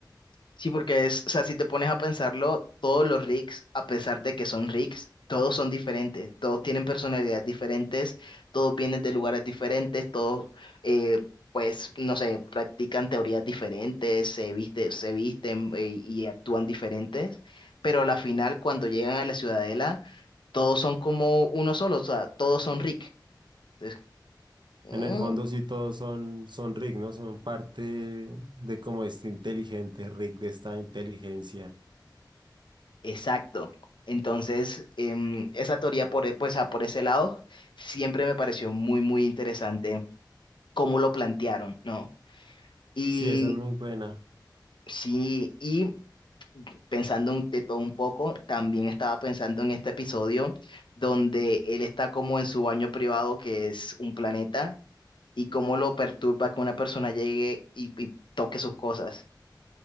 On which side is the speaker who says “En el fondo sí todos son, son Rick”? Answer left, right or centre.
Right